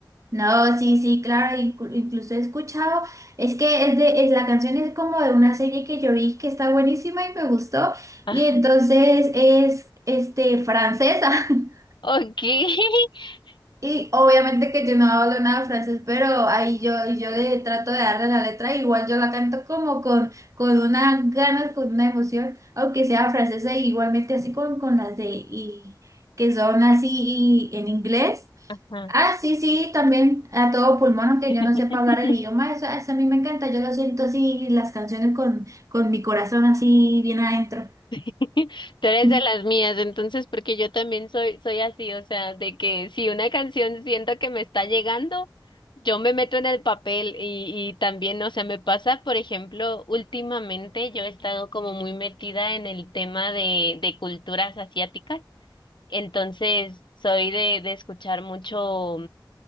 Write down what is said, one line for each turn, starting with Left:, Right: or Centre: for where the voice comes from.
Right: No, sí, sí, claro, inclu- incluso he escuchado, es que es de, es la canción es como de una serie que yo vi que está buenísima y me gustó,
Left: Ajá.
Right: y entonces es, este, francesa, <laughs>
Left: Ok. <laughs>
Right: y obviamente que yo no hablo nada de francés, pero ahí yo, yo le trato de darle la letra, igual yo la canto como con, con una ganas, con una emoción, aunque sea francesa, y igualmente así con, con las de, y, que son así y en inglés.
Left: Ajá.
Right: Ah, sí, sí, también a todo pulmón, aunque
Left: <laughs>
Right: yo no sepa hablar el idioma, eso, eso a mí me encanta, yo lo siento así, las canciones con, con mi corazón así bien adentro.
Left: <laughs> Tú eres
Right: <laughs>
Left: de las mías, entonces, porque yo también soy, soy así, o sea, de que si una canción siento que me está llegando, yo me meto en el papel y, y también, o sea, me pasa, por ejemplo, últimamente yo he estado como muy metida en el tema de, de culturas asiáticas, entonces soy de, de escuchar mucho